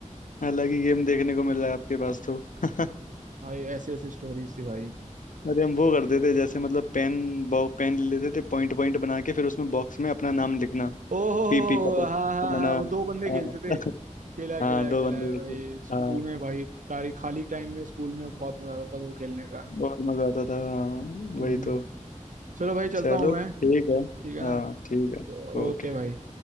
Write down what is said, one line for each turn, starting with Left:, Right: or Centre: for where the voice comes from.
Left: अलग ही गेम देखने को मिल रहा है आपके पास तो <laughs>
Right: भाई ऐसी ऐसी स्टोरीज थी भाई
Left: अरे हम वो करते थे जैसे मतलब पेन बॉ पेन ले लेते थे पॉइंट पॉइंट बना के फिर उसमें बॉक्स में अपना नाम लिखना
Right: ओहो
Left: पीपी का बॉक्स
Right: हाँ हाँ
Left: बनाना
Right: हाँ वो दो बंदे
Left: हाँ
Right: खेलते थे
Left: <laughs>
Right: खेला है,
Left: हाँ,
Right: खेला है,
Left: दो
Right: खेला
Left: बंदे
Right: है भाई
Left: के थे
Right: स्कूल
Left: हाँ
Right: में भाई खाली खाली टाइम में स्कूल में बहुत मजा आता था वो खेलने का
Left: बहुत मजा आता था हाँ
Right: हम्म।
Left: वही तो
Right: चलो भाई चलता
Left: चलो
Right: हूँ मैं
Left: ठीक है
Right: ठीक है
Left: हाँ ठीक
Right: ना
Left: है ओके
Right: ओके भाई